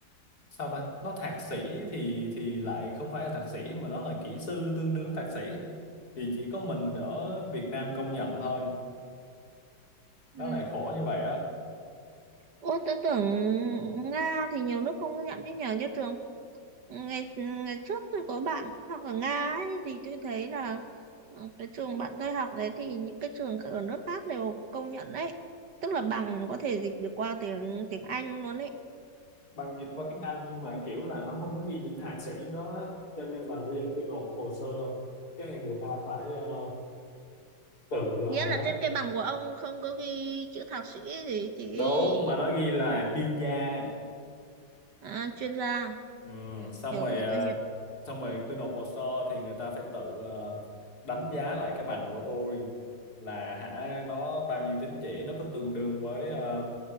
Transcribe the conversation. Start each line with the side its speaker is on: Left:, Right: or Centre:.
Left: sao ta nó thạc sĩ thì thì lại không phải là thạc sĩ mà nó là kỹ sư tương đương thạc sĩ thì chỉ có mình ở Việt Nam công nhận thôi nó
Right: Ừ.
Left: lại khổ như vậy á
Right: Ủa, tôi tưởng Nga thì nhiều nước không có nhận chứ nhờ như trường ngày ngày trước tôi có bạn cũng học ở Nga ấy, thì tôi thấy là Ờ, cái trường bạn tôi học đấy thì những cái trường ở nước khác đều công nhận đấy tức là bằng có thể dịch được qua tiếng tiếng Anh luôn đấy
Left: bằng dịch qua tiếng Anh nhưng mà kiểu là nó không có ghi những thạc sĩ đó á. cho nên là bây giờ tôi nộp hồ sơ cái người ta phải ờ, tự ờ,
Right: nghĩa là
Left: đánh
Right: trên cái bằng của ông không có ghi chữ thạc sĩ gì chỉ ghi
Left: đúng mà nó ghi là chuyên gia
Right: à, chuyên gia
Left: ừ. xong
Right: hiểu
Left: rồi
Right: rồi
Left: à,
Right: tôi hiểu
Left: xong rồi tôi nộp hồ sơ thì người ta phải tự ờ, đánh giá lại cái bằng của tôi là hả nó bao nhiêu tín chỉ nó có tương đương với ờ,